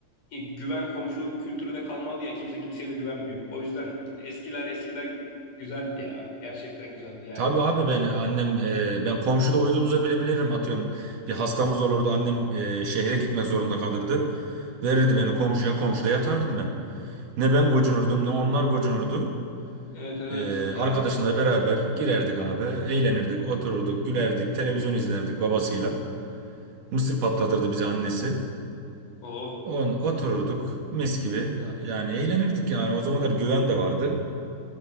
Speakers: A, on the left; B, on the right.
A: e, güven komşuluk kültürü de kalmadı ya kimse kimseye de güvenmiyor. O yüzden eskiler eskiden güzeldi ya. Gerçekten güzeldi yani.
B: Tabii abi ben annem e, ben komşuda uyuduğumuzu bile bilirim atıyorum. Bir hastamız olurdu annem e, şehre gitmek zorunda kalırdı. Verirdi beni komşuya komşuda yatardım ben. Ne ben gocunurdum ne onlar gocunurdu.
A: Evet evet
B: E,
A: ya
B: arkadaşımla beraber girerdik abi eğlenirdik otururduk gülerdik televizyon izlerdik babasıyla. Mısır patlatırdı bize annesi.
A: o
B: On otururduk mis gibi yani eğlenirdik yani o zamanlar güven de vardı.